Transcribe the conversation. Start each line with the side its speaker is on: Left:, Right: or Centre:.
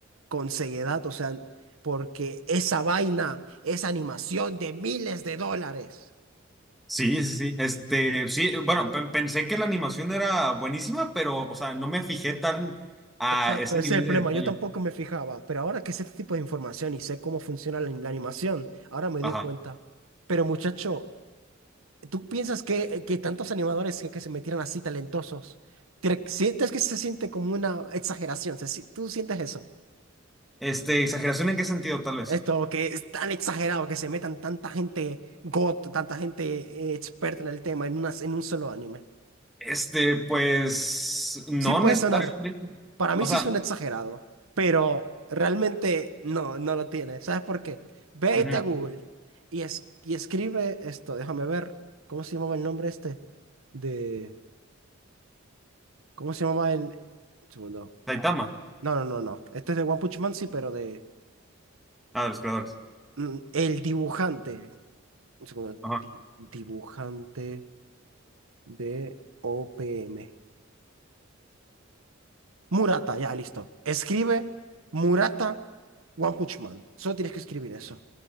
Right: con ceguedad, o sea, porque esa vaina es animación de miles de dólares.
Centre: Sí, sí, sí. Este, sí, bueno, pe- pensé que la animación era buenísima, pero, o sea, no me fijé tan a
Right: Exacto,
Centre: ese nivel
Right: ese es el
Centre: de
Right: problema.
Centre: detalle.
Right: Yo tampoco me fijaba, pero ahora que sé este tipo de información y sé cómo funciona la, la animación, ahora me
Centre: Ajá.
Right: doy cuenta. Pero muchacho, ¿tú piensas que, que tantos animadores que, que se metieran así talentosos, te- sientes que se siente como una exageración? Se si- ¿Tú sientes eso?
Centre: Este, ¿exageración en qué sentido, tal vez?
Right: Esto que es tan exagerado que se metan tanta gente got, tanta gente eh, experta en el tema en unas- en un solo anime.
Centre: Este, pues, no
Right: Sí puede
Centre: necesariamente.
Right: sonar. Para mí
Centre: O sea,
Right: sí suena exagerado, pero realmente no, no lo tiene. ¿Sabes por qué? Vete
Centre: ujú,
Right: a Google y, es, y escribe esto. Déjame ver. ¿Cómo se llamaba el nombre este? De. ¿Cómo se llamaba el. Un segundo.
Centre: Saitama.
Right: No, no, no, no. Este es de One Punch Man, sí, pero de.
Centre: Ah, de los creadores.
Right: mm, El dibujante. Un segundo.
Centre: Ajá.
Right: Di- dibujante. D-O-P-M. Murata, ya, listo. Escribe Murata One Punch Man. Solo tienes que escribir eso.